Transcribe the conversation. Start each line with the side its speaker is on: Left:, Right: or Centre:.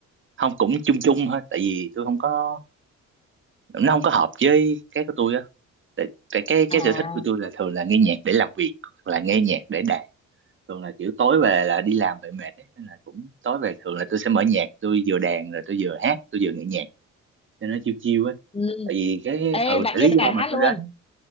Right: không cũng chung chung thôi tại vì tôi không có nó không có hợp với cái của tôi á tại, tại cái
Left: à
Right: cái sở thích của tôi là thường là nghe nhạc để làm việc hoặc là nghe nhạc để đàn thường là kiểu tối về là đi làm về mệt ấy nên là cũng tối về thường là tôi sẽ mở nhạc tôi vừa đàn rồi tôi vừa hát tôi vừa nghe nhạc cho nó chiêu chiêu ấy
Left: ừ.
Right: tại vì cái
Left: ê
Right: ừ
Left: bạn
Right: tại
Left: biết
Right: lý
Left: đàn
Right: do mà
Left: hát
Right: tôi
Left: luôn
Right: đến